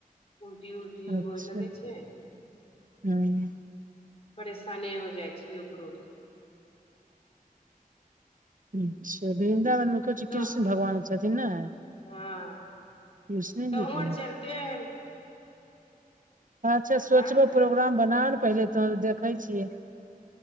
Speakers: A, on the left (about 40°); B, on the right (about 65°).
A: उलटी उलटी
B: अच्छा
A: होय लगे छै
B: हँ
A: परेशाने हो पुछहीं ओकरो स
B: अच्छा वृन्दावन मुख्य छै
A: तऽ
B: कृष्ण भगवान <unintelligible> ने
A: हँ
B: कृष्णे
A: तहुँ
B: जी के
A: आर
B: ने
A: चलते हनि
B: अच्छा सोचबो
A: आँ
B: प्रोग्राम बना ने पहिले तो देखै छियै